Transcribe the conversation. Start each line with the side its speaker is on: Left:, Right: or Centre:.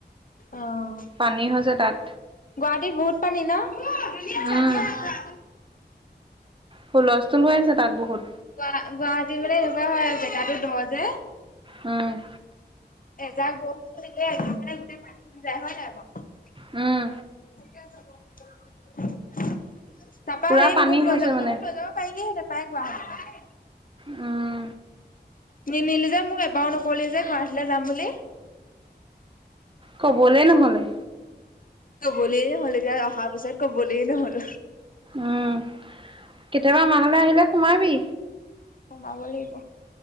Left: অ'।
Right: পানী হৈছে তাত।
Left: গুৱাহাটীট বহুত পানী ন'?
Right: উম হুলস্থুল হৈ আছে তাত বহুত।
Left: গ গুৱাহাটী মানে এনেকুৱা হয়, জেগাটো দ যে।
Right: উম।
Left: এজাক বৰষুন দিলে <unintelligible> মানে গোটেই পানীখনি যায় হয় নাই বাৰু?
Right: উম।
Left: তাৰাপা
Right: পুৰা
Left: হেৰী
Right: পানী
Left: মোক
Right: হৈছে
Left: লৈ যাব
Right: মানে
Left: মোক লৈ যাব পাৰিলি হেতেন। পাই গুৱাহটি লৈ।
Right: উম।
Left: নিনিলি যে মোক এবাৰও নকৰিলি যে, ঘৰাহাটীলৈ যাম বুলি।
Right: ক'বলে ন'হলে।
Left: ক'বলেই নহ'ল এতিয়া অহা পিছত কবলেই ন'হল।
Right: উম, কেতিয়াবা আমাৰ ঘৰলে আহিলে সোমাবি।
Left: সোমাব লাগিব।